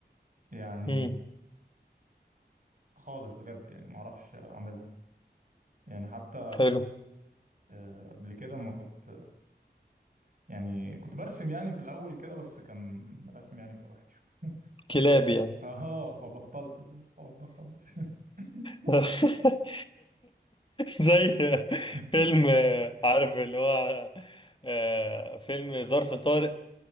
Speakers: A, on the right; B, on the left.
A: يعني
B: مم.
A: خالص بجد يعني ما اعرفش اعملها يعني حتى
B: حلو
A: آه، قبل كده ما كنت يعني كنت برسم يعني في الأول كده بس كان رسم يعني بيبقى وحش
B: كلاب
A: بط-
B: يعني
A: اه فبطلت الحوار ده خالص <laughs>
B: <laughs> زي
A: آه.
B: فيلم
A: <laughs>
B: آه، عارف اللي هو آه، فيلم ظرف طارق